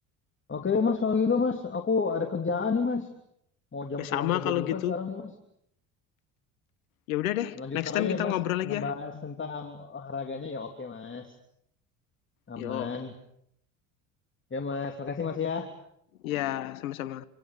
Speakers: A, on the left; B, on the left.
A: Oke deh Mas kalau gitu Mas, aku ada kerjaan nih Mas. Mau jam
B: Eh,
A: pulang
B: sama
A: kerja
B: kalau
A: juga
B: gitu.
A: sekarang nih Mas.
B: Ya udah deh,
A: Lanjut
B: next
A: ntar
B: time
A: aja
B: kita
A: ya Mas
B: ngobrol lagi
A: ngebahas
B: ya.
A: tentang olahraganya ya oke Mas. Aman.
B: Yok.
A: Ya Mas, makasih Mas ya.
B: ya sama-sama.